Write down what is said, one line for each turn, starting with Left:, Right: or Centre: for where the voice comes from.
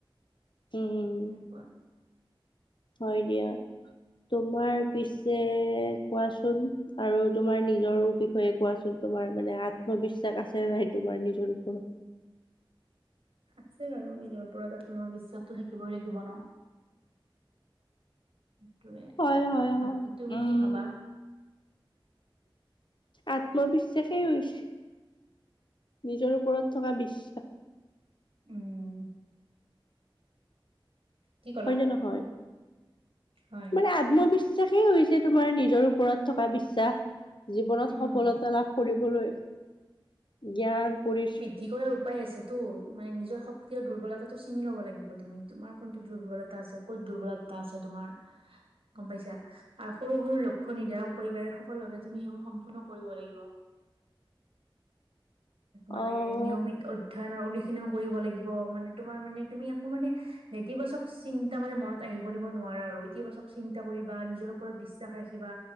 Left: উম
Right: তেনে পোৱা
Left: হয় দিয়া তোমাৰ পিছে কোৱাচোন আৰু তোমাৰ নিজৰো বিষয়ে কোৱাচোন তোমাৰ মানে আত্মবিশ্বাস আছে ন নাই তোমাৰ নিজৰ ওপৰত
Right: আছে বাৰু নিজৰ ওপৰত আত্মবিশ্বাসটো থাকিবই লাগিব ন সেইটোৱে
Left: হয় হয়
Right: বাকী
Left: হয়
Right: তুমি
Left: উম
Right: কি ভাবা
Left: আত্মবিশ্বাসেই হৈছে নিজৰ ওপৰত থকা বিশ্বাস
Right: উম। কি কলা
Left: হয় নে নহয়।
Right: হয়
Left: মানে আত্মবিশ্বাসেই হৈছে তোমাৰ নিজৰ ওপৰত থকা বিশ্বাস। জীৱনত
Right: উম
Left: সফলতা লাভ কৰিবলৈ জ্ঞান পৰি
Right: তি কৰাৰ উপায় আছেতো মানে নিজৰ শক্তি আৰু দুৰ্বলতাটো চিনি ল'ব লাগিব তুমি তোমাৰ কোনটো দুৰ্বলতা আছে। কুত দুৰ্বলতা আছে তোমাৰ গম পাইছা। আৰু সৰু সৰু লক্ষ্য নিৰ্ধাৰণ কৰিব পাৰে সফল ভাৱে তুমি সেইবোৰ সম্পূৰ্ণ কৰিব লাগিব। মানে
Left: অহ
Right: নিয়মিত অধ্যয়নৰ অনুশীলন কৰিব লাগিব মানে তোমাৰ মানে তুমি আকৌ মানে নেতিবাচক চিন্তা মানে মনত আহিব দিব নোৱাৰা আৰু ইতিবাচক চিন্তা কৰিবা নিজৰ ওপৰত বিশ্বাস ৰাখিবা।